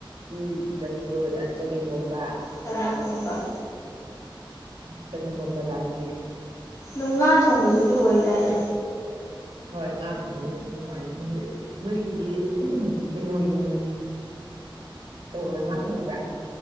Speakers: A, on the right; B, on the left.
A: ꯎꯇꯤ ꯆꯝꯐꯨꯠ ꯆꯒꯦꯝꯒꯣꯝꯕ
B: ꯇꯔꯄꯨꯝꯕ <inaudible>
A: ꯆꯥꯒ°ꯝ ꯄꫭꯝꯕꯥ ꯆꯥꯅꯤꯡꯉ°
B: ꯑꯗꯣ ꯉꯥ ꯊꯣꯡꯕꯁꯤꯁꯨ ꯑꯣꯏꯗꯥꯢꯅꯦ
A: ꯍꯣꯏ ꯉꯥ ꯊꯣꯡꯕꯥ ꯑꯗꯨꯝ ꯔꫭꯏꯔꯅꯤ <inaudible> ꯅꯣꯏꯒꯤꯗꯤ ꯏꯃꯣꯏꯅꯨ ꯇꯧꯕꯗ ꯉꯥ ꯊꯣꯡꯕ꯭ꯔꯥ